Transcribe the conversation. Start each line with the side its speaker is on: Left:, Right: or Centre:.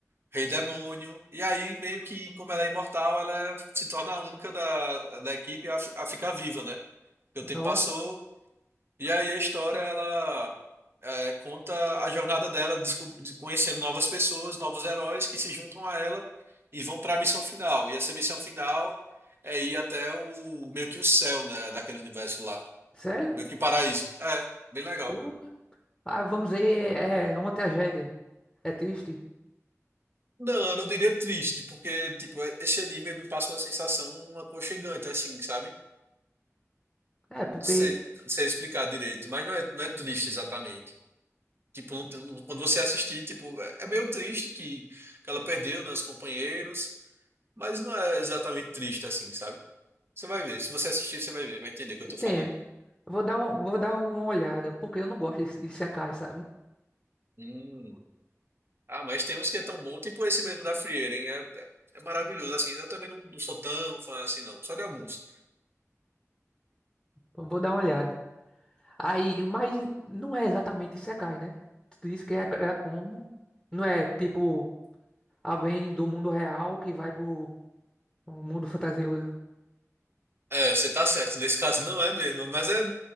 Right: Rei Demônio. E aí, meio que, como ela é imortal, ela se torna a única da, da equipe a, fi- a ficar viva, né? Porque o tempo
Centre: Nossa,
Right: passou. E aí a história ela é, conta a jornada dela, desco- de- conhecendo novas pessoas, novos heróis que se juntam a ela e vão para a missão final. E essa missão final é ir até o meio que o céu, né, daquele universo lá,
Centre: sério?
Right: meio que paraíso. É, bem legal.
Centre: Uh, Ah, vamos dizer, é é uma tragédia. É triste.
Right: Não, eu não diria triste, porque tipo é- esse anime ele me passa uma sensação aconchegante, assim, sabe?
Centre: É, porque...
Right: Não sei, não sei explicar direito, mas não é, não é triste exatamente. Tipo, não tem- não- quando você assistir, tipo, é é meio triste que, que ela perdeu, né, os companheiros, mas não é exatamente triste assim, sabe? Você vai ver, se você assistir, você vai ver, vai entender o que
Centre: Entende?
Right: eu tô falando.
Centre: Vou dar um, vou dar uma olhada, porque eu não gosto de, de Isekai, sabe?
Right: Hum. Ah, mas tem uns que é tão bom, tipo esse mesmo da Frieira, hein? É, é- é maravilhoso, assim. Eu também não, não sou tão fã assim, não, só de alguns.
Centre: Vou dar uma olhada. Aí, mas não é exatamente Isekai, né? Tu disse que é, é como? Não é tipo alguém do mundo real que vai pro pro mundo fantasioso
Right: É, você tá certo, nesse caso não é mesmo, mas é